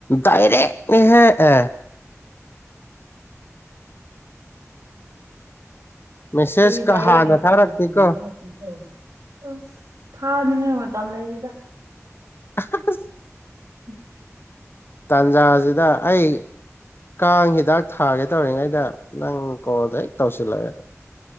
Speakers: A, on the left (about 45°); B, on the right (about 80°).
A: ꯗꯥꯏꯔꯦꯛꯅꯤꯍꯦ ꯑꯦ ꯃꯦꯁꯦꯁꯀ
B: ꯀꯔꯤ ꯗꯥꯏꯔꯦꯛ?
A: ꯍꯥꯟꯅ ꯊꯥꯔꯛꯇꯦꯀꯣ
B: <unintelligible> ꯑꯁ ꯊꯥꯅꯤꯉꯥꯏ ꯃꯇꯝ ꯂꯩꯇꯦꯗꯥ꯫
A: <unintelligible>
B: <unintelligible>
A: ꯇꯥꯟꯖꯥꯖꯤꯗ ꯑꯩ ꯀꯥꯡ ꯍꯤꯗꯥꯛ ꯊꯥꯒꯦ ꯇꯧꯔꯤꯉꯩꯗ ꯅꯪ ꯀꯣꯜꯗ ꯍꯦꯛ ꯇꯧꯁꯤꯜꯂꯛꯑꯦ꯫